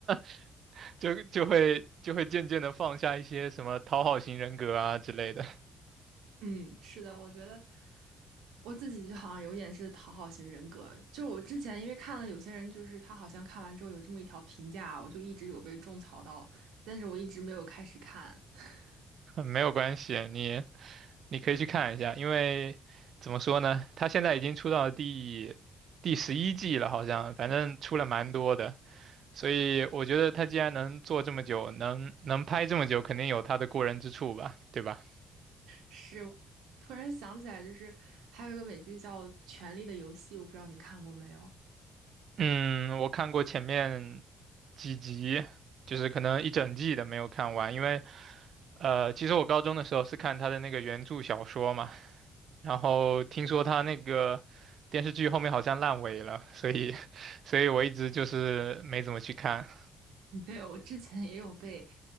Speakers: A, on the right; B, on the right.
A: <laughs> 就就会就会渐渐的放下一些什么讨好型人格啊之类的，
B: 嗯，是的，我觉得。我自己就好像有点是讨好型人格，就我之前因为看了有些人，就是他好像看完之后有这么一条评价，我就一直有被种草到，但是我一直没有开始看。<laughs>
A: <laughs> 没有关系，你你可以去看一下，因为怎么说呢，他现在已经出到第第十一季了，好像反正出了蛮多的。所以我觉得他既然能做这么久，能能拍这么久，肯定有他的过人之处吧，对吧？
B: 是，我突然想起来，就是还有一个美剧叫《权力的游戏》，我不知道你看过没有？
A: 嗯，我看过前面几集，就是可能一整季的没有看完，因为呃，其实我高中的时候是看他的那个原著小说嘛，然后听说他那个电视剧后面好像烂尾了，所以 <laughs> 所以我一直就是没怎么去看。
B: <laughs> 对，我之前也有被，